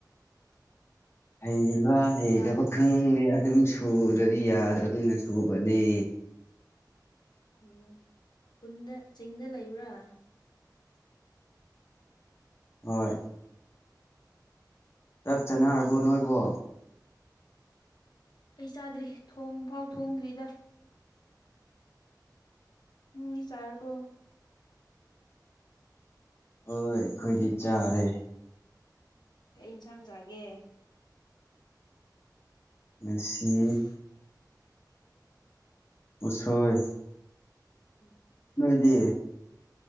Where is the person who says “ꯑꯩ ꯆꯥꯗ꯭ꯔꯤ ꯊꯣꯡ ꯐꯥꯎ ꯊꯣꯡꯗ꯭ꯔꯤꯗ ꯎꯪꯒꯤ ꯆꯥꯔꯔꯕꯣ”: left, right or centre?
Left